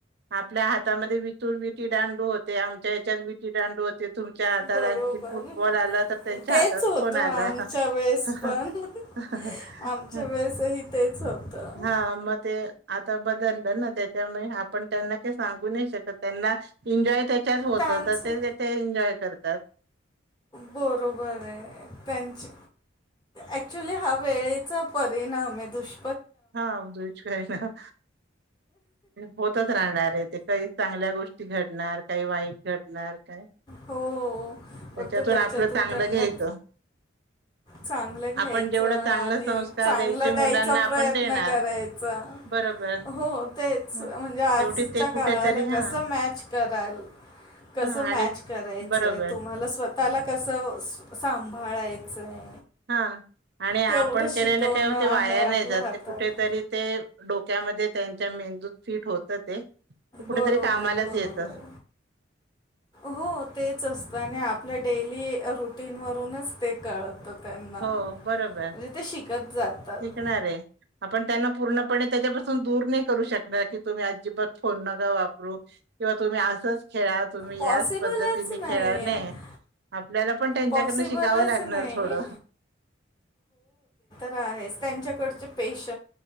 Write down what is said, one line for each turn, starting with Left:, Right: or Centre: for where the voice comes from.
Right: आपल्या हात त्या मध्ये विठी दांडू होते आमच्या हेच्यात विठी दांडू ते तुमच्या हातात
Left: बरोबर
Right: आणखीन फुटबॉल आला तर त्यांच्या
Left: तेच
Right: हातात
Left: होतं
Right: फोन आला
Left: आमच्या
Right: हा
Left: वेळेस पण
Right: हा हा
Left: आमच्या
Right: हा
Left: वेळेसही तेच होतं
Right: हा म ते आता बदललं ना त्याच्यामुळे आपण त्यांना का सांगू नाही शकत त्यांना इन्जॉय त्या होत
Left: त्यांचं
Right: तर ते एन्जॉय करत ता त
Left: बरोबर आहे त्यांची ऍक्च्युली हा वेळेचा परिणाम आहे दुष्
Right: हा ब्रिज काय ना होतच राहणार आहे ते काही चांगल्या गोष्टी घडणार काही वाईट काय
Left: हो फक्त
Right: त्याच्यातून आपलं चांगलं
Left: त्यांना
Right: घ्यायचं
Left: चांगलं घ्यायचं
Right: आपण जेवढं
Left: आणि
Right: चांगलं संस्कार
Left: चांगला
Right: द्यायचे
Left: द्यायचा
Right: मुलांना आपण
Left: प्रयत्न
Right: देणार
Left: करायचा
Right: बरोबर
Left: हो तेच
Right: ह
Left: म्हणजे आजच्या
Right: शेवटी ते
Left: काळाला
Right: कुठेतरी
Left: कसं
Right: हा
Left: मॅच कराल कसं
Right: हा
Left: मॅच
Right: आणि
Left: करायचंय
Right: बरोबर
Left: तुम्हाला स्व त्याला कसं सांभाळायचंय
Right: हा आणि आपण
Left: तेवढं शिकवणं
Right: केलेलं का
Left: आहे
Right: वाया
Left: आपल्या
Right: नाही जात
Left: हातात
Right: कुठेतरी ते डोक त्यामध्ये त्यांच्या मेंदूत फीट होत ते कुठेतरी
Left: बरोबर
Right: कामालाच
Left: बरोबर
Right: येतं
Left: हो तेच असतं आणि आपल्या डेली मी म्हणूनच ते कळतं त्यांना
Right: हो बरोबर
Left: म्हणजे ते शिकत जातात
Right: शिकणार आहे आपण त्यांना पूर्ण त्याच्यापासून दूर नाही करू शकणार की तुम्ही अजिबात फोन नका वापरू किंवा तुम्ही असंच खेळा तुम्ही
Left: पॉसिबलच
Right: याच पद्धतीने
Left: नाही
Right: खेळा
Left: आहे
Right: नय आपल्याला पण त्यांच्याकडन
Left: पॉसिबलच
Right: शिकाव लागणार
Left: नाही
Right: थोड
Left: का आहे त्यांच्या कडचे पेस